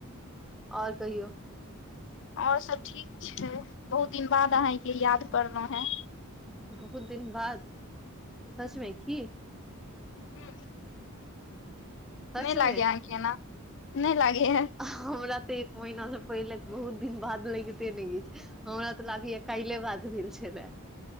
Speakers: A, in the centre; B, on the left.
A: आओर कहियौ
B: आओर सब ठीक छै बहुत दिन बाद अहाँके याद करलहुॅं हें
A: बहुत दिन बाद सचमे की
B: ह्म
A: सचमे
B: नहि लागै अहाँके एना नहि लागै ह
A: हमरा ते एक महिना से पहिले बहुत दिन बाद लगिते नहि अछि हमरा तऽ लागैया कैले बात भेल छलाह